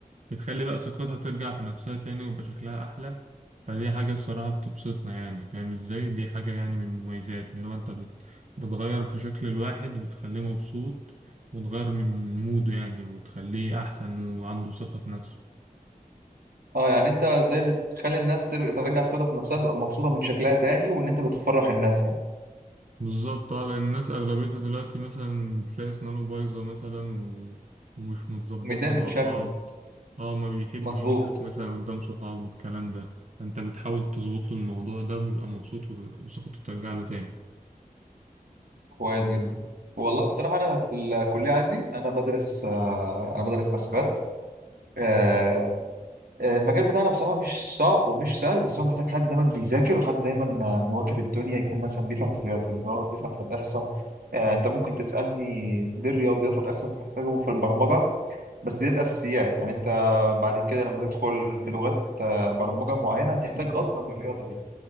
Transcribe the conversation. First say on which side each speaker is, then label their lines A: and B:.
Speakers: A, on the right; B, on the right.
A: بتخلي بقى ثقتها ترجع في نفسها تاني ويبقى شكلها أحلى فدي حاجة الصراحة بتبسطنا يعني فاهم ازاي دي حاجة يعني من المميزات اللي هو انت بت- بتغير في شكل الواحد وتخليه مبسوط وتغير من موده يعني وتخليه أحسن وعنده ثقة في نفسه
B: اه يعني انت ازاي بتخلي الناس تر- ترجع ثقتها في نفسها تبقى مبسوطه من شكلها تاني وان انت بتفرح الناس يعني
A: بالظبط اه لان الناس اغلبيتها دلوقتي مثلا تلاقي اسنانه بايظه مثلا و... ومش متظبطه
B: متضايق
A: مع
B: من شكله
A: بعض اه ما بيحبش
B: مظبوط
A: يضحك مثلا قدام صحابه والكلام ده انت بتحاول تظبط له الموضوع ده وبيبقى مبسوط و- وثقته ترجع له تاني
B: كويس جدا والله بصراحه انا في الكليه عندي انا بدرس آه، انا بدرس حاسبات آه، آه، المجال بتاعنا بصراحه مش صعب ومش سهل بس هو محتاج حد دايما بيذاكر وحد دايما آه، مواكب الدنيا يكون مثلا بيفهم في الرياضيات بيفهم في الاحصاء آه، انت ممكن تسالني ليه الرياضيات والاحصاء بتحتاجهم في البرمجه بس ديت اساسيات يعني انت بعد كده لما تدخل في لغات آه، برمجه معينه هتحتاج اصلا الرياضه دي